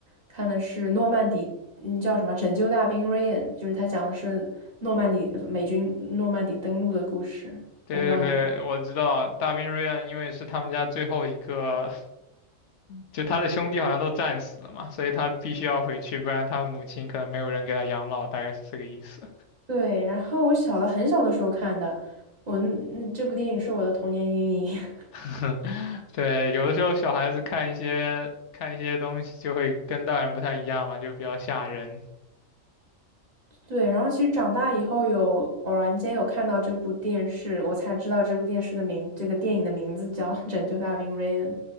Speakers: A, on the right; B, on the left.
A: 看的是诺曼底，嗯，叫什么《拯救大兵瑞恩》，就是他讲的是诺曼底美军诺曼底登陆的故事。
B: 对对对，
A: 我不知道你有没有
B: 我知道大兵瑞恩，因为是他们家最后一个，就他的兄弟好像都战死了嘛，所以他必须要回去，不然他母亲可能没有人给他养老，大概是这个意思。
A: 对，然后我小的很小的时候看的，我那那这部电影是我的童年阴影。<laughs>
B: <laughs> 对，有的时候小孩子看一些看一些东西就会跟大人不太一样嘛，就比较吓人。
A: 对，然后其实长大以后有偶然间有看到这部电视，我才知道这部电视的名，这个电影的名字叫《拯救大兵瑞恩》。